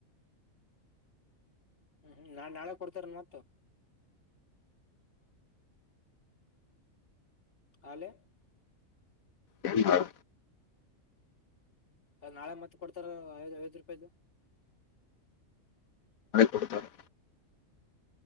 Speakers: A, on the left; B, on the left.
A: ಹ್ಮ್ ಹ್ಮ್ ನಾನ್ ನಾಳೆ ಕೊಡ್ತಾರನ್ ಮತ್ತ ಅಲೆೇ
B: ಏನ್ ಮಾಡ
A: ಅ ನಾಳೆ ಮತ್ತ್ ಕೊಡ್ತಾರ ಐದ್ ಐವತ್ತ್ ರೂಪಾಯ್ದು
B: ಕೊಡ್ತಾರೆ